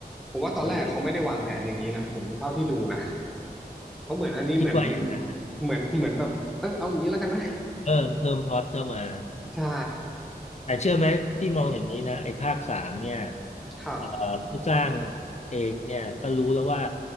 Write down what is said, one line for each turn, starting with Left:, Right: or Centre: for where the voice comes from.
Centre: ผมว่าตอนแรกเขาไม่ได้วางแผนอย่างนี้นะผมเท่าที่ดูนะ
Left: เออ
Centre: เพราะเหมือนอันนี้เหมือน
Left: คิดว่าอย่างนั้น
Centre: เหมือนเหมือนแบบเออเอาอย่างนี้แล้วกันนะ
Left: เพิ่มเพิ่มพล็อตเข้ามา
Centre: ใช่
Left: แต่เชื่อไหมพี่มองอย่างนี้นะไอ้ภาคสามเนี่ย
Centre: ครับ
Left: เอ่อผู้สร้างเองเนี่ยก็รู้แล้วว่า